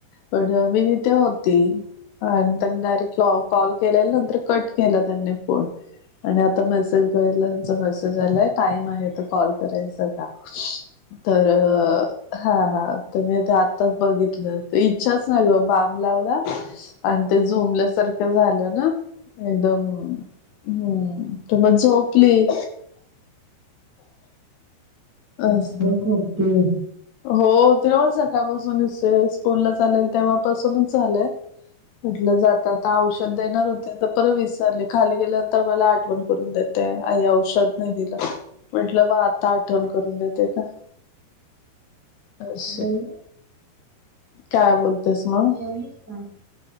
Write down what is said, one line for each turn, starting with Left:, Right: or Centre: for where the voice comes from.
Left: पण मी इथे होती. आता डायरेक्टॉ लाव कॉल केलेला नंतर कट केला त्यांनी. होय आणि आता मेसेज बघितला त्यांचा मेसेज. झालंय टाइम आहे त कॉल कराय का तर. हा हा तर मी ते आत्ताच बघितलं त इच्छाच नाही ग बम लावला. आणि ते झुमल्यासारखं झालं ना एकदमच. हम्म तमग झोपली. असं.
Centre: अ <unintelligible> ओके
Left: हो तेराव सकाळपासूनच स स्कूल ला चालेल तेव्हापासूनच झालंय. कुठलं जात औषध देणार होते परत विचारले खाली गेल्यानंतर मला आठवण करून द्याेत. ते आई औषध नाही दिलं म्हटलं बा आता आठवण करून देते का. अस
Centre: जेवली
Left: काय बोलतेस मग.
Centre: जेवलीस का?